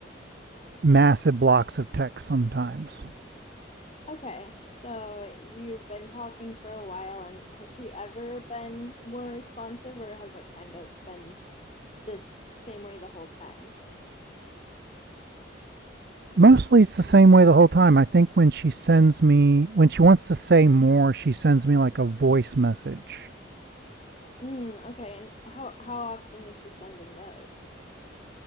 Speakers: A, on the right; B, on the left.
A: massive blocks of text sometimes.
B: Okay, so you've been talking for a while, and has she ever been more responsive, or has it kind of been this same way the whole time?
A: Mostly it's the same way the whole time. I think when she sends me when she wants to say more, she sends me like a voice message.
B: Mm, okay, and how how often is she sending those?